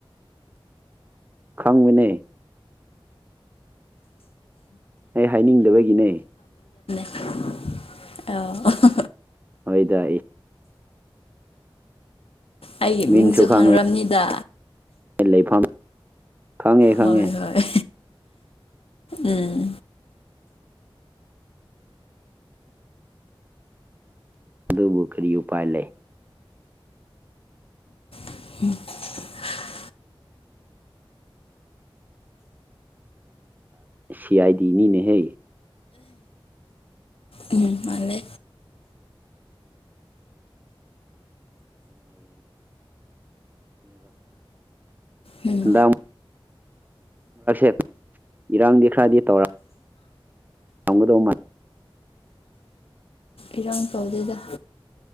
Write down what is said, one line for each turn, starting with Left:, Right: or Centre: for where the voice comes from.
Right: ꯈꯪꯃꯤꯅꯦꯩ ꯑꯩ ꯍꯥꯏꯅꯤꯡꯗꯕꯒꯤꯅꯦ
Left: ꯑ
Right: ꯍꯣꯏꯗ
Left: ꯑꯩꯒꯤ
Right: ꯃꯤꯟꯁꯨ
Left: ꯃꯤꯡꯁꯨ
Right: ꯈꯪꯉꯦ
Left: ꯈꯪ꯭ꯔꯕꯅꯤꯗ
Right: ꯂꯩꯐꯝ ꯈꯪꯉꯦ ꯈꯪꯉꯦ
Left: ꯍꯣꯏ ꯍꯣꯏ ꯎꯝ
Right: ꯑꯗꯨꯕꯨꯈꯔꯤ ꯎ ꯄꯥꯏ ꯂꯩ
Left: <inaudible>
Right: ꯁꯤ ꯑꯥꯏꯗꯤꯅꯤꯅꯦ ꯍꯦ
Left: ꯎ ꯃꯥꯂꯦ ꯎꯝ
Right: ꯕ ꯦ ꯏꯔꯥꯡꯗꯤ ꯈꯔꯗꯤ ꯇꯧꯔ ꯅꯒꯗ ꯃ <inaudible>
Left: ꯏꯔꯥꯡ ꯇꯧꯗꯦꯗ